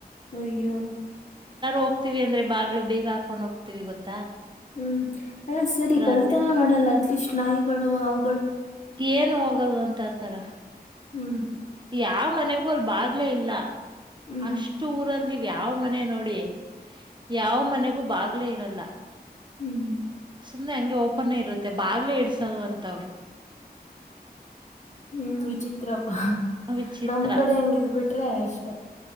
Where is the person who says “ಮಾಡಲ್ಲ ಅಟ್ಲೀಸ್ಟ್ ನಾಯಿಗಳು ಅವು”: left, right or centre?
Left